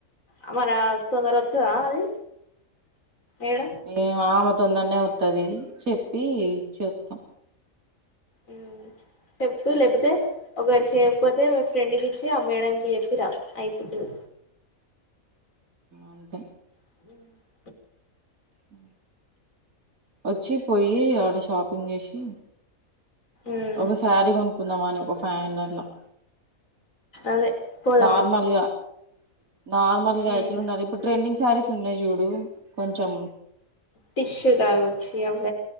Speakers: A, on the left; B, on the right.
A: అ మరా తొందర వతద అది ఏడ
B: ఏం ఆమె తొందరనే అతది చెప్పి ఇచ్చేతా
A: ఉమ్ చెప్పు లేకపోతే ఒకవేళ చేయకపోతే ఫ్రెండ్కి ఇచ్చి ఆ మేడంకి చెప్పిరా అయిపోతది
B: అంతే
A: <inaudible>
B: ఆ వచ్చి పోయి ఆడ షాపింగ్ చేసి
A: ఉమ్
B: ఒక శారీ కొనుకుందాం అని ఒక ఫైవ్ హండ్రెడ్ ల
A: అదే పోదాం
B: నార్మల్గా నార్మల్గా
A: ఉమ్
B: ఎట్లుండాలి ఇప్పుడు ట్రెండింగ్ శారీస్ ఉన్నాయి చూడు కొంచెం
A: టిష్యూ లాగొచ్చి అవ